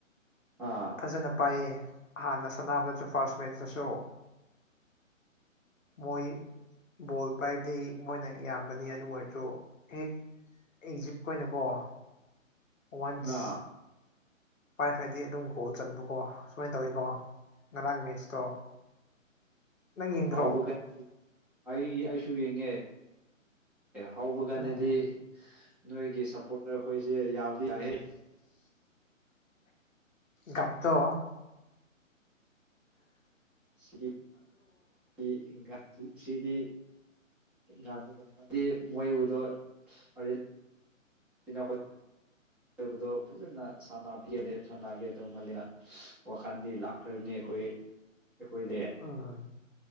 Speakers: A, in the centre; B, on the left.
A: ꯑꯥ
B: ꯐꯖꯅ ꯄꯥꯏꯌꯦ ꯍꯥꯟꯅ ꯁꯅꯥꯃꯗ ꯇꯨ ꯐꯥꯔꯁ ꯃꯤꯠꯇꯁꯨ ꯃꯣꯏ ꯕꯣꯜ ꯄꯥꯏꯕꯗꯤ ꯃꯣꯏꯅ ꯌꯥꯝꯕꯅꯤ ꯑꯗꯨ ꯑꯣꯏꯔꯁꯨ ꯍꯦꯛ ꯏꯖꯤꯞꯈ ꯑꯣꯏꯅꯀꯣ ꯋꯥꯟꯁ
A: ꯑꯥ
B: ꯄꯥꯏꯈꫪꯗꯤ ꯑꯗꯨꯝ ꯒꫭꯜ ꯆꯟꯕꯀꯣ ꯁꯨꯃꯥꯏꯅ ꯇꯧꯋꯀꯣ ꯉꯔꯥꯡ ꯃꯦꯠꯁꯇꯣ ꯅꯪ ꯌꯦꯡꯗ꯭ꯔꯣ
A: ꯍꯥꯎꯕ ꯀꯥꯟ ꯑꯩ ꯑꯩꯁꯨ ꯌꯦꯡꯉꯦ ꯑꯦ ꯍꯧꯕꯀꯥꯟꯗꯗꯤ
B: ꯎꯝ
A: ꯅꯣꯏꯒꯤ ꯁꯞꯄꯣꯔꯇꯔ ꯈꯣꯏꯁꯦ ꯌꯥꯕꯗꯤ <unintelligible>
B: ꯗꯞꯇꯣ
A: ꯁꯤꯒꯤ <unintelligible> ꯁꯤꯗꯤ <unintelligible> ꯃꯣꯏꯕꯨꯗꯣ <unintelligible> ꯏꯅꯥꯎꯈꯣꯏ ꯑꯔꯣꯏꯕꯗꯣ ꯐꯖꯅ ꯁꯅꯥ ꯍꯦꯜꯂꯦ ꯁꯅꯥꯒꯦ ꯇꯧ <unintelligible> ꯋꯥꯈꯜꯗꯤ ꯂꯥꯛꯈ꯭ꯔꯕꯅꯤ ꯑꯩꯈꯣꯏ ꯑꯩꯈꯣꯏꯗꯤ
B: ꯎꯝ